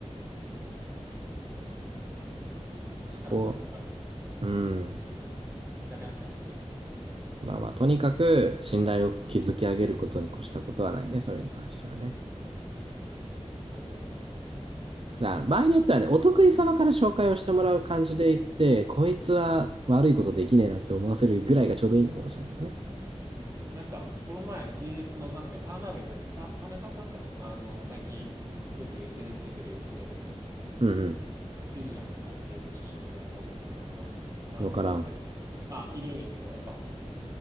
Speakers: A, on the right; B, on the right.
A: うんあっちから声かかる。
B: そこ、
A: やっぱダメだ。
B: うん、
A: 居酒屋のキャッシュと一緒だ。うん。
B: まあまあ、とにかく信頼を築き上げることに越したことはないね、それに関してはね。
A: そうね。
B: だから場合によってはね、お得意様から紹介をしてもらう感じでいって、こいつは悪いことできねえなって思わせるぐらいがちょうどいいのかもしれないけどね。
A: うん、なんか、この前 GS の、なんだっけ、田辺さんだっけ、た、田中さんか。あの、最近、よく SNS 出てる人たち、
B: うんう
A: いるじゃん。なんか GS 出身のどうのこうのみたいな。よ、まあ、
B: ん、
A: なんだっけ、
B: わからん。
A: さ、まあ、いるんやけど、やっぱ、